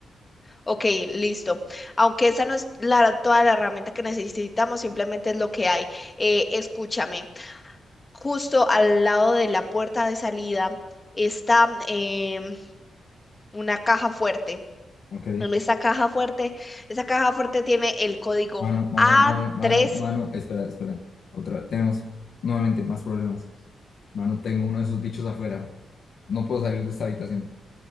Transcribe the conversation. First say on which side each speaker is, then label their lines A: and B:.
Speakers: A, on the left; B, on the left.
A: Ok, listo. Aunque esa no es la, toda la herramienta que necesitamos, simplemente es lo que hay. Eh, escúchame. Justo al lado de la puerta de salida está em, una caja fuerte.
B: Ok.
A: En esta caja fuerte, esa caja fuerte tiene el código
B: Mano, mano,
A: a
B: mano, mano,
A: tres
B: mano, espera, espera. Otra, tenemos nuevamente más problemas. Mano, tengo uno de esos bichos afuera. No puedo salir de esta habitación.